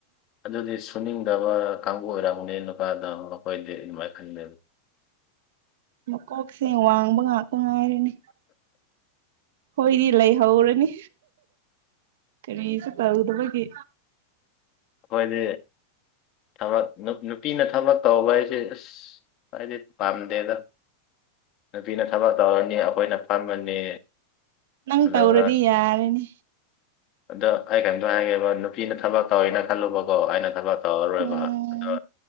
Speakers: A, on the left (about 40°); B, on the right (about 55°).
A: ꯑꯗꯨꯗꯤ ꯁꯨꯅꯤꯡꯗꯕ ꯀꯥꯡꯕꯨ ꯑꯣꯏꯔꯝꯒꯅꯦ ꯅꯨꯄꯥꯗꯣ ꯑꯩꯈꯣꯏꯗꯤ ꯑꯗꯨꯃꯥꯏ ꯈꯟꯗꯦꯕ
B: ꯃꯀꯣꯛꯁꯦ ꯋꯥꯡꯕ ꯉꯥꯛꯇ ꯉꯥꯏꯔꯅꯤ ꯍꯣꯏꯗꯤ ꯂꯩꯍꯧꯔꯅꯤ ꯀꯔꯤꯁꯨ ꯇꯧꯗꯕꯒꯤ
A: ꯑꯈꯣꯏꯗꯤ ꯊꯕꯛ ꯅꯨꯄꯤꯅ ꯊꯕꯛ ꯇꯧꯕ ꯍꯥꯏꯁꯤ ꯑꯁ ꯑꯩꯗꯤ ꯄꯥꯝꯗꯦꯗ ꯅꯨꯄꯤꯅ ꯊꯕꯛ ꯇꯧꯔꯅꯤ ꯑꯩꯈꯣꯏꯅ ꯐꯝꯃꯅꯤ
B: ꯅꯪ
A: ꯑꯗꯨꯒ
B: ꯇꯧꯔꯗꯤ ꯌꯥꯔꯦꯅꯤ
A: ꯑꯗꯣ ꯑꯩ ꯀꯔꯤꯝꯇ ꯍꯥꯏꯒꯦꯕ ꯅꯨꯄꯤꯅ ꯊꯕꯛ ꯇꯧꯋꯦꯅ ꯈꯜꯂꯨꯕꯀꯣ ꯑꯩꯅ ꯊꯕꯛ ꯇꯧꯔꯔꯣꯏꯕ
B: ꯎꯝ
A: ꯑꯗꯣ